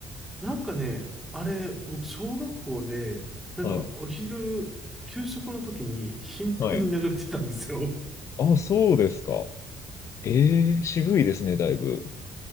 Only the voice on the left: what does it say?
はい。
はい。
あ、そうですか。ええ渋いですね、だいぶ。